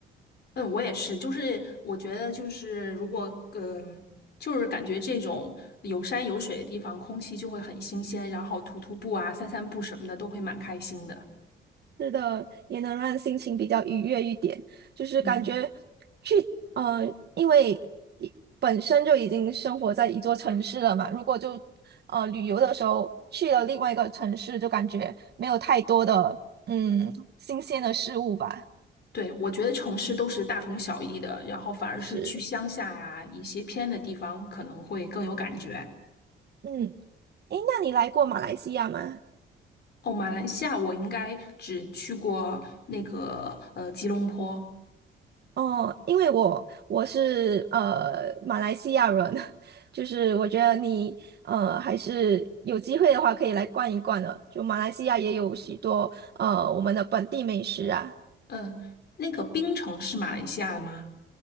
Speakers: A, on the left; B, on the right.
A: 嗯，我也是，就是我觉得就是如果嗯、就是感觉这种有山有水的地方，空气就会很新鲜，然后徒徒步啊、散散步什么的都会蛮开心的。
B: 是的，也能让心情比较愉悦一点。就是感觉
A: 嗯，
B: 去呃，因为一本身就已经生活在一座城市了嘛，如果就呃旅游的时候去了另外一个城市，就感觉没有太多的嗯新鲜的事物吧。
A: 对，我觉得城市都是大同小异的，然后反而是去乡下呀、
B: 是，
A: 一些偏的地方可能会更有感觉。
B: 嗯，诶，那你来过马来西亚吗？
A: 哦，马来西亚我应该只去过那个呃吉隆坡，
B: 哦，因为我我是呃马来西亚人，<laughs> 就是我觉得你呃还是有机会的话可以来逛一逛的。就马来西亚也有许多呃我们的本地美食啊。
A: 嗯、那个槟城是马来西亚的吗？